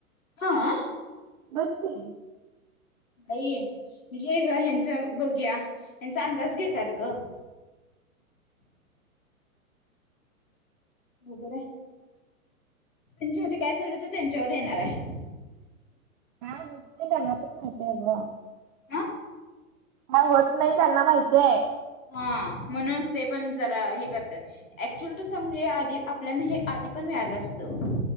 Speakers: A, on the left; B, on the right.
A: हा?
B: बघ की.
A: नई म्हणजे ग ह्याचं बघूया, ह्यांचा अंदाज घेत्यात ग. बरोबर आहे, आणि शेवटी काय झालं तर त्यांच्यावर येणार आहे.
B: हा बोल ते त्यांना पण माहितीये ग.
A: हा
B: हा होत नाही, त्यांना माहिती आहे.
A: हा म्हणूनच ते पण जरा हे करत्यात. ऍक्च्युअल त सांगू हे आधी आपल्याला हे आधी पण मियाळालं असतं.